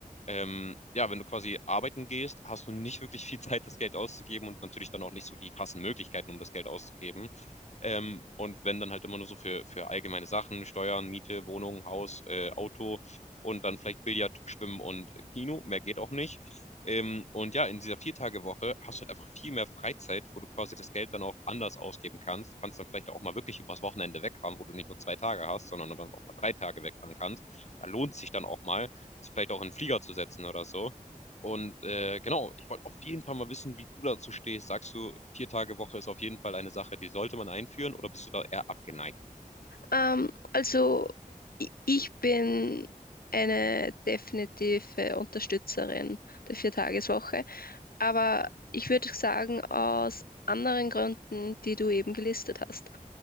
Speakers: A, on the left (about 50°); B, on the left (about 90°).
A: ähm, ja, wenn du quasi arbeiten gehst, hast du nicht wirklich viel <laughs> Zeit, das Geld auszugeben und natürlich dann auch nicht so die krassen Möglichkeiten, um das Geld auszugeben. Ähm, und wenn dann halt immer nur so für, für allgemeine Sachen, Steuern, Miete, Wohnung, Haus, äh, Auto und dann vielleicht Billard, Schwimmen und Kino, mehr geht auch nicht. Ähm, und ja, in dieser Vier-Tage-Woche hast du halt einfach viel mehr Freizeit, wo du quasi das Geld dann auch anders ausgeben kannst. Kannst dann vielleicht auch mal wirklich übers Wochenende wegfahren, wo du nicht nur zwei Tage hast, sondern dann auch mal drei Tage wegfahren kannst. Da lohnt sich dann auch mal, sich vielleicht auch in den Flieger zu setzen oder so. Und äh, genau, ich wollte auf jeden Fall mal wissen, wie du dazu stehst. Sagst du, Vier-Tage-Woche ist auf jeden Fall eine Sache, die sollte man einführen oder bist du da eher abgeneigt?
B: Ähm, also i- ich bin eine definitive Unterstützerin der Viertageswoche, aber ich würde sagen, aus anderen Gründen, die du eben gelistet hast.